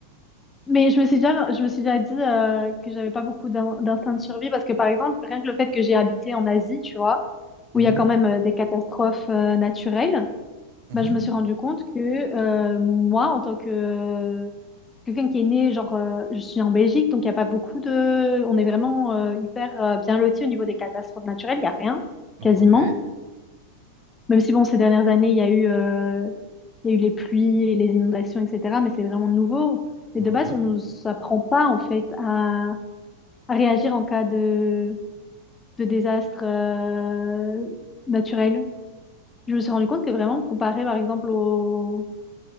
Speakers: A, on the left (about 15°); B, on the right (about 45°).
A: mais je me suis déjà, je me suis déjà dit euh, que j'avais pas beaucoup d'in- d'instinct de survie parce que par exemple, rien que le fait que j'ai habité en Asie, tu vois,
B: mhm,
A: où il y a quand même euh, des catastrophes euh, naturelles.
B: mhm.
A: Bah, je me suis rendu compte que euh, moi, en tant que euh, quelqu'un qui est né, genre, euh, je suis en Belgique, donc il n'y a pas beaucoup de... On est vraiment euh, hyper euh, bien lotis au niveau des catastrophes naturelles, il n'y a rien,
B: Ouais.
A: quasiment. Même si, bon, ces dernières années, il y a eu, euh, il y a eu les pluies et les inondations, etc. Mais c'est vraiment nouveau. Et
B: Ouais.
A: de base, on ne nous apprend pas, en fait, à, à réagir en cas de, de désastre euh, naturel. Je me suis rendu compte que vraiment, comparé, par exemple, au